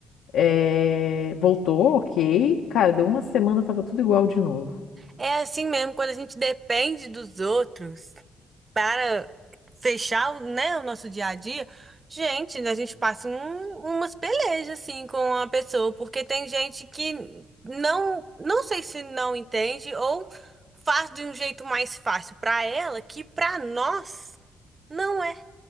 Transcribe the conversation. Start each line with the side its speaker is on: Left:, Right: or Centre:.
Left: Eh, Voltou, ok. Cara, deu uma semana, tava tudo igual de novo.
Right: É assim mesmo, quando a gente depende dos outros para fechar, o- né, o nosso dia a dia, gente, a gente passa um- umas pelejas assim com a pessoa, porque tem gente que não, não sei se não entende ou faz de um jeito mais fácil para ela, que para nós não é